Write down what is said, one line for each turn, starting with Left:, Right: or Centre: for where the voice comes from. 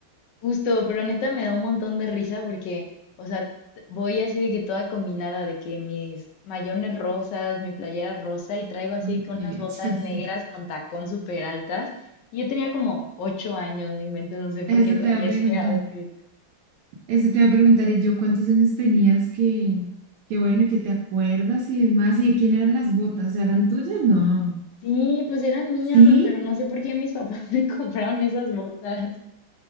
Left: justo, pero neta me da un montón de risa porque, o sea, t- voy así de que toda combinada, de que mis mayones rosas, mi playera rosa y traigo así
Right: Ay,
Left: que unas
Right: qué
Left: botas
Right: belleza.
Left: negras
Right: <laughs>
Left: con tacón súper altas. Y yo tenía como ocho años, no inventes, no sé por
Right: Eso
Left: qué traía
Right: te va a preguntar.
Left: ese outfit.
Right: Eso te iba a preguntar, ¿y yo cuántos años tenías que, que bueno, que te acuerdas y demás? ¿Y de quién eran las botas? ¿O sea, ¿Eran tuyas? No.
Left: Sí, pues eran mías,
Right: ¿Sí?
Left: no- pero no sé por qué mis papás <laughs> me compraron esas botas.